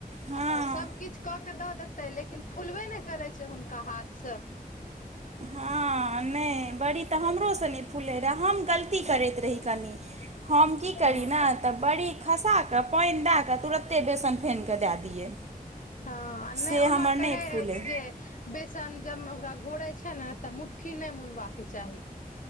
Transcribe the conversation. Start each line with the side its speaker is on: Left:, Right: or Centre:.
Right: हँ
Left: तऽ सबकिछ कऽ के के दऽ देते, लेकिन फुलबे नहि करै छै हुनका हाथ से।
Right: हँ नहि, बड़ी तऽ हमरोसँ नहि फूलैत रहए, हम गलती करैत रही कनि। हम की करी
Left: हँ
Right: न, तऽ बड़ी खसा कऽ, पाईन दए कऽ तुरत्ते बेसन फेन कऽ दए दियै।
Left: हँ आ
Right: से
Left: नै ओना
Right: हमर
Left: कहै
Right: नहि फूलै
Left: अइछ जे बेसन जब ओकरा घोरै छै ने तऽ मुट्ठी नै मुनबाक चाही।